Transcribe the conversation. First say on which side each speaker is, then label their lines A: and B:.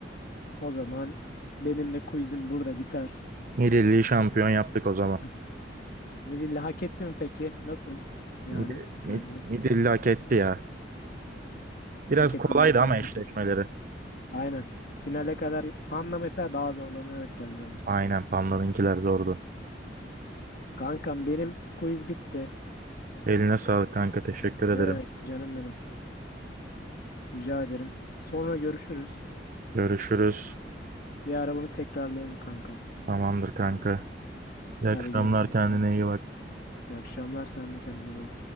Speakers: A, on the left; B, on the right.
A: O zaman benim de quizim burada biter.
B: Midilli'yi şampiyon yaptık o zaman.
A: <laughs> Midilli hak etti mi peki? Nasıl? Yani
B: Midi,
A: sence?
B: Mid- Midilli hak etti ya. Biraz
A: Hak etti
B: kolaydı
A: diyorsan
B: ama
A: hak
B: eşleşmeleri.
A: etmiş. Aynen. Finale kadar Panda mesela daha zorlanarak geldi bence.
B: Aynen Panda'nınkiler zordu.
A: Kankam benim quiz bitti.
B: Eline sağlık kanka teşekkür
A: Ne
B: ederim.
A: demek canım benim. Rica ederim. Sonra görüşürüz.
B: Görüşürüz.
A: Bir ara bunu tekrarlayalım kankam.
B: Tamamdır kanka. İyi
A: Hadi
B: akşamlar
A: görüşürüz.
B: kendine
A: Bye.
B: iyi bak.
A: İyi akşamlar. Sen de kendine iyi bak.